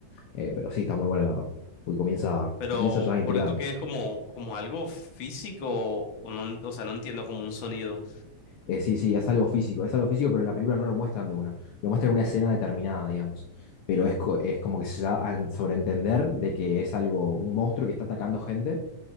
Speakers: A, on the left; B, on the left.
A: Eh, pero sí, está muy buena la verdad. Porque comienza,
B: Pero
A: comienza ya intrigante.
B: por esto que es como, como algo físico, o, no- o sea, no entiendo como un sonido.
A: Eh, sí, sí, es algo físico, es algo físico, pero en la película no lo muestran de una, lo muestran en una escena determinada, digamos. Pero es, co- es como que se da a en- sobreentender de que es algo, un monstruo que está atacando gente,